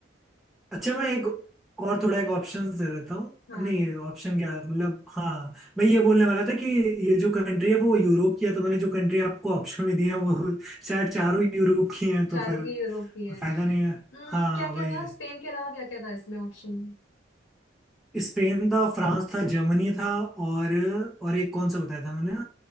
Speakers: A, in the centre; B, on the left (about 80°).
A: अच्छा मैं एक और थोड़ा एक ऑप्शंस दे देता हूँ
B: हाँ
A: नहीं ऑप्शन क्या है मतलब हाँ मैं ये बोलने वाला था कि ये जो कंट्री है वो यूरोप की है तो मैंने जो कंट्री आपको ऑप्शन में दी है वो शायद चारों यूरोप की है
B: चारों
A: तो फिर
B: की यूरोप की है
A: फायदा नहीं है
B: क्या
A: हाँ
B: क्या
A: वही
B: था
A: है
B: स्पेन के अलावा क्या क्या था इसमें ऑप्शन
A: स्पेन था फ्रांस था जर्मनी था और और एक कौन सा बताया था मैंने